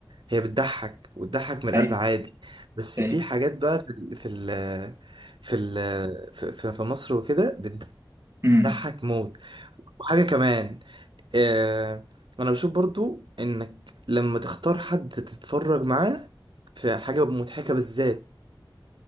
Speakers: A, on the right (about 70°); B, on the right (about 30°).
A: هي بتضحك وتضحك من
B: هي
A: القلب عادي بس
B: هي
A: في حاجات بقى في ال في ال في ال في, في في مصر وكده
B: امم
A: بتضحك موت وحاجه كمان آه، انا بشوف برضو انك لما تختار حد تتفرج معاه في حاجة مضحكة بالذات